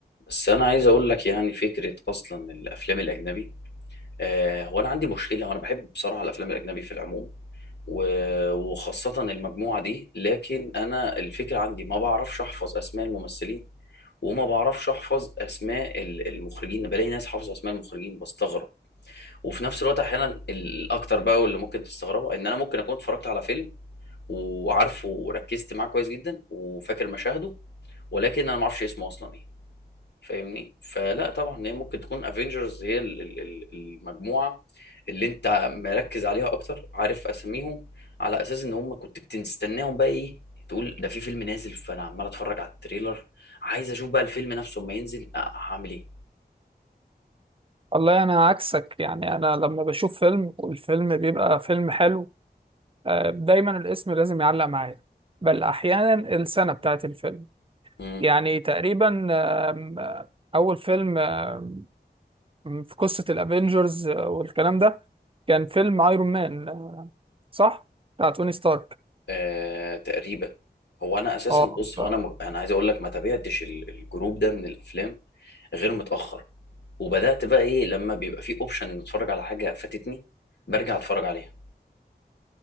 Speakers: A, on the left; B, on the right.
A: بس انا عايز اقول لك يعني فكره اصلا الافلام الاجنبي آه هو انا عندي مشكله وانا بحب بصراحه الافلام الاجنبي في العموم و- وخاصه المجموعه دي لكن انا الفكره عندي ما بعرفش احفظ اسماء الممثلين وما بعرفش احفظ اسماء ال- المخرجين بلاقي ناس حافظه اسماء المخرجين بستغرب وفي نفس الوقت احيانا الاكتر بقى واللي ممكن تستغربها ان انا ممكن اكون اتفرجت على فيلم وعارفه وركزت معاه كويس جدا وفاكر مشاهده ولكن انا ما اعرفش اسمه اصلا ايه فاهمني فلا طبعا هي ممكن تكون افنجرز هي ال- ال- ال- المجموعه اللي انت مركز عليها اكتر عارف اساميهم على اساس ان هم كنت بتستناهم بقى ايه تقول ده في فيلم نازل فانا عمال اتفرج على التريلر عايز اشوف بقى الفيلم نفسه اما ينزل أ- هعمل ايه
B: والله انا عكسك يعني انا لما بشوف فيلم والفيلم بيبقى فيلم حلو آه، دايما الاسم لازم يعلق معايا بل احيانا السنة بتاعت الفيلم
A: امم
B: يعني تقريبا آم، آه، اول فيلم آم، في قصة الافينجرز آه، والكلام ده كان فيلم ايرون مان آه، صح بتاع توني ستارك
A: آه تقريبا هو انا اساسا
B: اه
A: بص هو انا م... انا عايز اقول لك ما تابعتش ال- الجروب ده من الافلام غير متاخر وبدات بقى ايه لما بيبقى في اوبشن نتفرج على حاجه فاتتني برجع اتفرج عليها